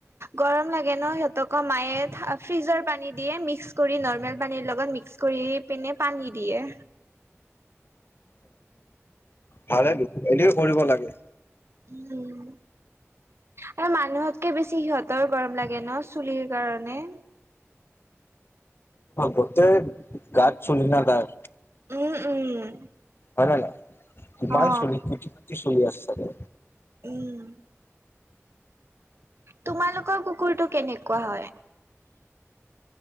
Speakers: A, on the right; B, on the left.
A: গৰম লাগে ন সিহঁতক মায়ে ফ্ৰিজৰ পানী দিয়ে মিক্স কৰি নৰ্মেল পানীৰ লগত মিক্স কৰি পিনে পানী দিয়ে।
B: ভালেটো এইটোকে কৰিব লাগে।
A: উম। আৰু মানুহতকে বেছি সিহঁতৰ গৰম লাগে ন চুলিৰ কাৰণে।
B: গোতে গা চুলি না তাৰ।
A: উম উম।
B: হয় নে নাই? কিমান
A: অ
B: চুলি কোটি কোটি চুলি আছে ছাগে।
A: উম। তোমালোকৰ কুকুৰটো কেনেকুৱা হয়?